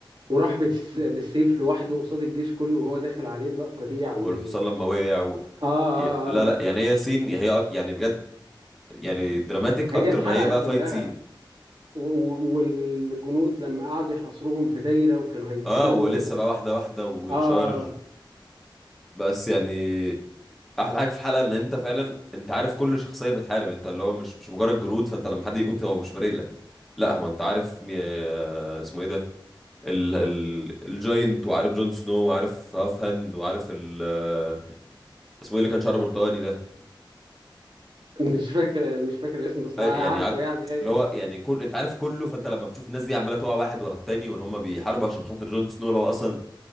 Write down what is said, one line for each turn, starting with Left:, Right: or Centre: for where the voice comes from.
Right: وراح بالس... بالسيف لوحده قصاد الجيش كله وهو داخل عليه اللقطة دي يعني
Centre: والحصان لما وقع و...
Right: آه آه
Centre: ي- لا لا
Right: آه
Centre: يعني هي سين هي أك- يعني بجد يعني دراماتيك
Right: هي
Centre: اكتر
Right: الحلقة
Centre: ما هي بقى
Right: كلها
Centre: فايت سين
Right: و... و... والجنود لما قعدوا يحاصروهم في دايرة وكانوا هيكسبوا
Centre: اه ولسه
Right: ال-
Centre: بقى واحده واحده وتشارج
Right: آه
Centre: بس يعني احلى حاجه في الحلقه ان انت فعلا انت عارف كل شخصيه بتحارب انت اللي هو مش مش مجرد جنود فانت لما حد يموت هو مش فارق لك لا هو انت عارف مي... آه، اسمه ايه ده ال... ال... الجاينت وعارف جون سنو وعارف هاف هاند وعارف ال... آه، اسمه ايه اللي كان شعره برتقاني ده
Right: آه. مش فاكر مش فاكر اسمه بس
Centre: أي-
Right: عارفه
Centre: يعني عارف
Right: يعني
Centre: اللي هو يعني كل انت عارف كله فانت لما بتشوف الناس دي عماله تقع واحد ورا التاني وان هم بيحاربوا عشان خاطر جون سنو اللي هو اصلا